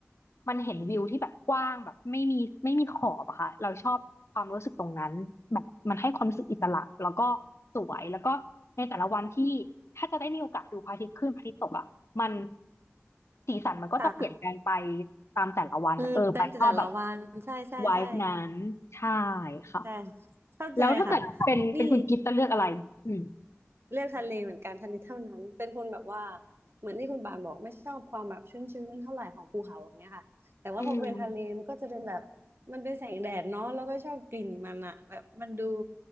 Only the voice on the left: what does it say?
มันเห็นวิวที่แบบกว้างแบบไม่มีไม่มีขอบอะค่ะเราชอบความรู้สึกตรงนั้นแบบมันให้ความรู้สึกอิสระแล้วก็สวยแล้วก็ในแต่ละวันที่ถ้าจะได้มีโอกาสดูพระอาทิตย์ขึ้นพระอาทิตย์ตกอ่ะมันสีสันมันก็จะเปลี่ยนแปลงไป
ตามแต่ละวันเออปันชอบแบบ
ไวบ์นั้นใช่ค่ะ
แล้วถ้าเกิดเป็นเป็นคุณกิฟต์จะเลือกอะไรอืม
อืม